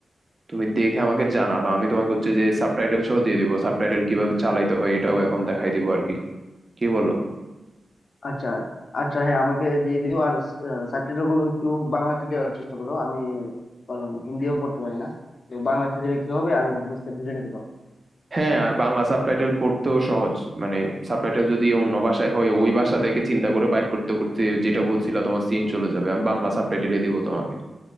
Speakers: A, on the right (about 30°); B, on the left (about 55°).
A: তুমি দেখে আমাকে জানাবা আমি তোমাকে হচ্ছে যে সাবটাইটেল সহ দিয়ে দিব সাবটাইটেল কিভাবে চালাইতে হয় এটাও এখন দেখাই দিব আর কি কি বলো
B: আচ্ছা আচ্ছা হ্যাঁ আমাকে দিয়ে দিও আর সাবটাইটেল গুলো একটু বাংলাতে দেওয়ার চেষ্টা করো আমি কারণ হিন্দিও পড়তে পারি না তো বাংলাতে দিলে কি হবে আমি বুঝতে বুঝে নিতে পারবো
A: হ্যাঁ আর বাংলা সাবটাইটেল পড়তেও সহজ মানে সাবটাইটেল যদি অন্য ভাষায় হয় ওই ভাষা থেকে চিন্তা করে বাইর করতে করতে যেটা বলছিল তোমার সিন চলে যাবে আমি বাংলা সাবটাইটেলে দিব তোমাকে